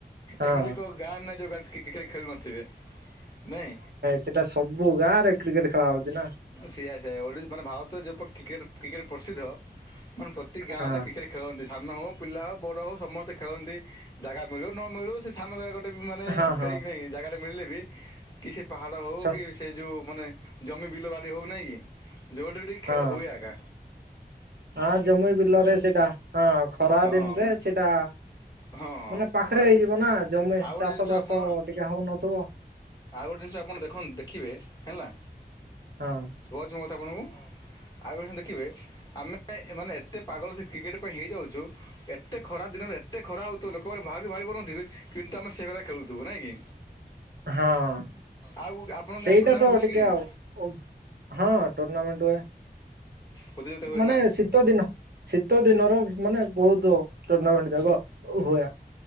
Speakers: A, on the right (about 75°); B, on the left (about 25°).
A: ହଁ
B: ଏମିତି କୋଉ ଗାଁ ନାଇଁ ଯୋଉ ଗାଁରେ କ୍ରିକେଟ ଖେଳୁ ନଥିବେ ନାଇଁ।
A: ସେଇଟା ସବୁ ଗାଁରେ କ୍ରିକେଟ ଖେଳା ହଉଚିନା।
B: ସେଇଆ ସେଇଆ ମାନେ ଭାରତରେ ଯେହେତୁ କ୍ରିକେଟ ପ୍ରସିଦ୍ଧ ମାନେ ପ୍ରତି ଗାଁରେ
A: ହଁ
B: କ୍ରିକେଟ। ଖେଳନ୍ତି ସାନ ହଉ ପିଲା ହଉ ବଡ ହଉ ସମସ୍ତେ ଖେଳନ୍ତି ଜାଗା ମିଳୁ ନମିଳୁ। ସାନ ଜାଗା ଗୋଟେ ମାନେ
A: ହଁ
B: ଖେଳିକିନାହିଁ
A: ହଁ
B: ଜାଗାଟା ମିଳିଲେବି କି ସେ ପାହାଡ଼ ହଉକି
A: ଛ
B: ସେଯୋଉ ମାନେ ଜମି ବିଲ ବାଡି ହଉ ନାହିଁ କି ଯଉଠି ଖେଳ
A: ହଁ
B: ହୁଏ ଜାଗା
A: ହଁ ଜମି ବିଲରେ ସେଇଟା ହଁ ଖରା
B: ହଁ
A: ଦିନରେ
B: ମାନେ
A: ସେଇଟା
B: ହଁ ହଁ
A: ମାନେ ପାଖରେ
B: ଖରା
A: ହେଇଯିନାମ ଜମି
B: ଆଉ ଗୋଟେ
A: ଚାଷ
B: ଜିନିଷ
A: ବାସ
B: ଆପଣ
A: ଟିକିଏ ହଉନଥିବ।
B: ଆଉ ଗୋଟେ ଜିନିଷ ଆପଣ ଦେଖନ୍ତୁ ଦେଖିବେ ହେଲା
A: ହଁ।
B: ବଜ ମୋର କଥା ଆପଣଙ୍କୁ ଆଉଗସ ଦେଖିବେ ଆମେ ମାନେ ଏତେ ପାଗଳଯେ କ୍ରିକେଟ ପାଇଁ ହେଇଯାଉଛୁ ଏତେ ଖରା ଦିନରେ ଏତେ ଖରା ହଉଥିବ ଲୋକମାନେ ବାହାବି ବାହାରି ପାରୁନଥିବେ! କିନ୍ତୁ ଆମେ ସେ ଭଳିଆ ଖେଳୁଥିବୁ ନାଇଁ କି?
A: ହଁ ଅ
B: ଆଉ ଆପଣଙ୍କ
A: ସେଇଟା
B: ଗାଁ ଟୁର୍ଣ୍ଣାମେଣ୍ଟ
A: ତ
B: ହୁଏ
A: ଟିକେ
B: କି ନାହିଁ
A: ଆଉ ଅବ ହଁ ଟୁର୍ନାମେଣ୍ଟ ହୁଏ!
B: ପ୍ରତିଯୋଗିତା ହୁଏ
A: ମାନେ
B: ନା
A: ସ ଶୀତ ଦିନ ଶୀତ ଦିନର ମାନେ ବହୁତ ଟୁର୍ଣ୍ଣାମେଣ୍ଟ ଯାକ ହୁଏ!